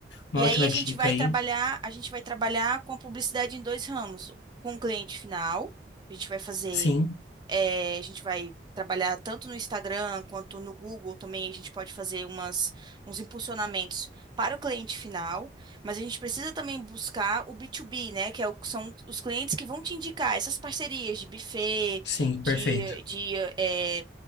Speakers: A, on the left (about 75°); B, on the right (about 25°).
A: Uma
B: E aí
A: ótima
B: a gente
A: dica
B: vai
A: aí.
B: trabalhar, a gente vai trabalhar com a publicidade em dois ramos, com o cliente final. A gente vai fazer,
A: Sim,
B: eh, a gente vai trabalhar tanto no Instagram quanto no Google também. A gente pode fazer umas, uns impulsionamentos para o cliente final, mas a gente precisa também buscar o B2B, né? Que é o- são os clientes que vão te indicar essas parcerias de buffet,
A: sim,
B: de,
A: perfeito.
B: de eh,